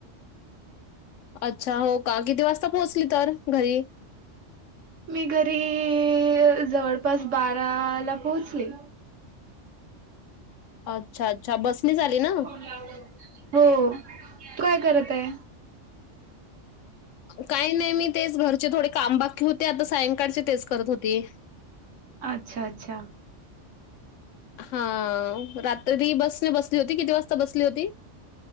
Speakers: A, on the left; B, on the right.
A: अच्छा हो का किती वाजता पोहोचली तर घरी
B: मी घरी जवळपास बाराला पोहोचली
A: अच्छा अच्छा बसणीच आली ना
B: <inaudible> हो काय करत आहे
A: काय नाही मी तेच घरचे थोडे काम बाकी होते आता सायंकाळचे तेच करत होते
B: अच्छा अच्छा
A: हा रात्री बसने बसली होती किती वाजता बसली होती